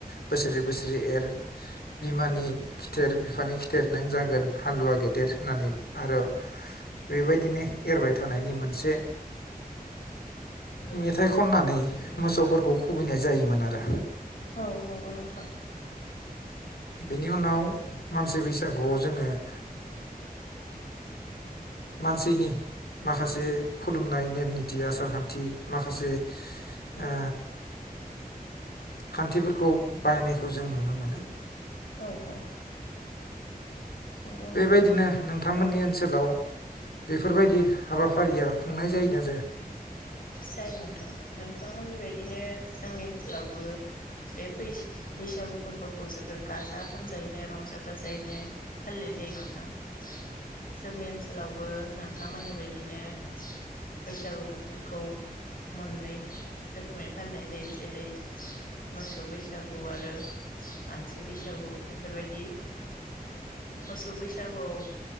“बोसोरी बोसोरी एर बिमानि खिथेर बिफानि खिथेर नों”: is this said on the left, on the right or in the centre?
Left